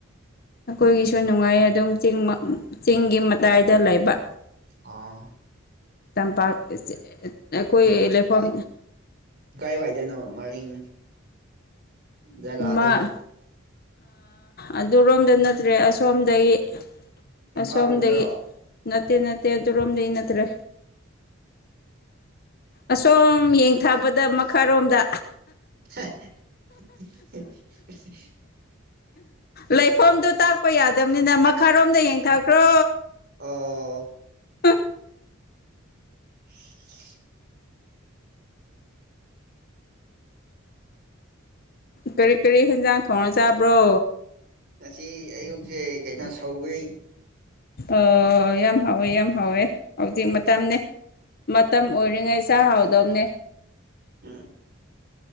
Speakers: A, on the left (about 50°); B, on the right (about 55°).
A: ꯑꯩꯈꯣꯏꯒꯤꯁꯨ ꯅꯨꯡꯉꯥꯏ ꯑꯗꯨꯝ ꯆꯤꯡꯒꯤ ꯃꯇꯥꯏꯗ ꯂꯩꯕ
B: ꯑ
A: ꯇꯝꯄꯥꯛ ꯑꯩꯈꯣꯏ ꯂꯩꯐꯝ
B: ꯀꯥꯏ ꯋꯥꯏꯗꯅꯣ ꯃꯔꯤꯡ ꯖꯒꯥꯗꯣ
A: ꯑꯃ ꯑꯗꯨꯔꯣꯝꯗ ꯅꯠꯇ꯭ꯔꯦ ꯑꯁꯣꯝꯗꯒꯤ
B: ꯏꯝꯐꯥꯜ
A: ꯑꯁꯣꯝꯗꯒꯤ
B: ꯔꯣꯝꯗꯔꯣ
A: ꯅꯠꯇꯦ ꯅꯠꯇꯦ ꯑꯗꯨꯔꯣꯝꯗꯤ ꯅꯗ꯭ꯔꯦ ꯑꯁꯣꯝ ꯌꯦꯡꯊꯥꯕꯗ ꯃꯈꯥꯔꯣꯝꯗ
B: <unintelligible>
A: ꯂꯩꯐꯝꯗꯣ ꯇꯥꯛꯄ ꯌꯥꯗꯕꯅꯤꯅ ꯃꯈꯥꯔꯣꯝꯗ ꯌꯦꯡꯊꯈ꯭ꯔꯣ
B: ꯑꯣ
A: ꯑ
B: <unintelligible>
A: ꯀꯔꯤ ꯀꯔꯤ ꯌꯦꯦꯟꯖꯥꯡ ꯊꯣꯡꯅ ꯆꯥꯕ꯭ꯔꯣ
B: ꯉꯁꯤ ꯑꯌꯨꯛꯁꯦ ꯀꯩꯅꯣ ꯁꯧꯈꯦ
A: ꯑꯣ ꯌꯥꯝ ꯍꯥꯎꯋꯦ ꯌꯥꯝ ꯍꯥꯎꯋꯦ ꯍꯧꯖꯤꯛ ꯃꯇꯝꯅꯦ ꯃꯇꯝ
B: ꯎꯝ
A: ꯑꯣꯏꯔꯤꯉꯩ ꯆꯥꯛ ꯍꯥꯎꯗꯕꯅꯦ
B: ꯎꯝ